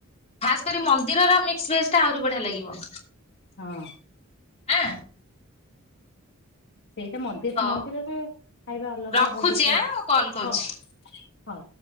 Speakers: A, on the left; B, on the left.
A: ଖାସ କରି ମନ୍ଦିରର ମିକ୍ସ ଭେଜ ଟା ଆହୁରି ବଢିଆ ଲାଗିବ।
B: ହଁ।
A: ଆଁ
B: ସେଇଟା ମଖେଟ
A: ହଉ
B: ମନ୍ଦିରଟା ଖାଇବା ଅଲଗା
A: ରଖୁଛି
B: <unintelligible>
A: ଆଁ ମୁଁ କଲ କରୁଛି।
B: ହଁ ହଁ।